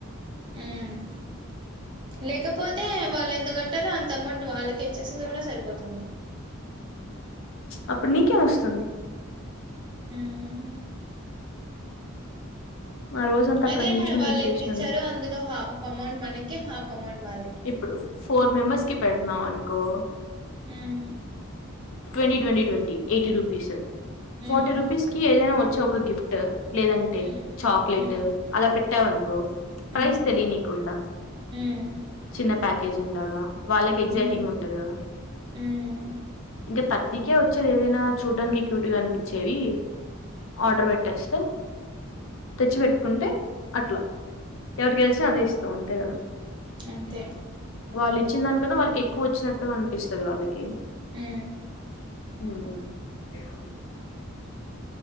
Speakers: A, on the right; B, on the left.
A: హ్మ్ లేకపోతే వాళ్ళెంత్ ఏంత గట్టలో అంత అమౌంట్ వాళ్ళకే ఇచ్చేస్తేదే కూడా సరిపోతుంది.
B: అప్పుడు నీకేమొస్తుంది.
A: మ్మ్
B: ఆ రోజంతా
A: అయితే
B: అక్కడ నించుని
A: వాళ్ళు
B: నువ్వు చేసినందుకు
A: ఎంత్ ఇచ్చారో. అందులో హాఫ్ అమౌంట్ మనకి హాఫ్ ఆమన్ట్ వాళ్ళకి
B: ఇప్పుడు ఫోర్ మెంబర్స్కి పెట్టినావ్ అనుకో.
A: మ్
B: twenty twenty twenty eighty rupees.
A: మ్మ్
B: Forty రూపీస్కి ఏదైనా వ ఇచ్చ ఒక గిఫ్ట్ లేదంటే
A: మ్మ్
B: చాక్లెట్ అలా పెట్. కొట్టావనుకు ప్రైస్
A: మ్మ్
B: తెలినీకుండా
A: మ్మ్ మ్మ్
B: చిన్న ప్యాకేజింగ్ లాగా వాళ్ళకి ఎగ్జైటింగ్
A: మ్మ్
B: ఉంటది కదా.
A: మ్మ్
B: ఇంకా థర్టీకే వచ్చేది ఏదైనా చూడ్డానికి క్యూట్ గా అనిపించేవి. ఆర్డర్ పెట్టేస్తే తెచ్చి పెట్టుకుంటే అట్లా ఏది గెలిస్తే అదే ఇస్తాం అంతే కదా.
A: అంతే.
B: వాళ్ళు ఇచ్చిన దానికన్నా వాళ్ళకి ఎక్కువ వచ్చినట్టు అనిపిస్తది వాళ్ళకి.
A: మ్
B: మ్